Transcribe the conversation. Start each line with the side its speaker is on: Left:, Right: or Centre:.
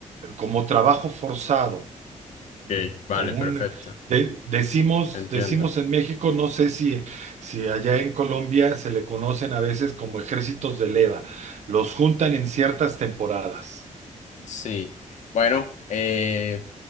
Right: como trabajo forzado,
Left: Ok, vale,
Right: como
Left: perfecto.
Right: un, de- decimos,
Left: Entiendo.
Right: decimos en México, no sé si, si allá en Colombia se le conocen a veces como ejércitos de leva, los juntan en ciertas temporadas.
Left: Sí, bueno, eh,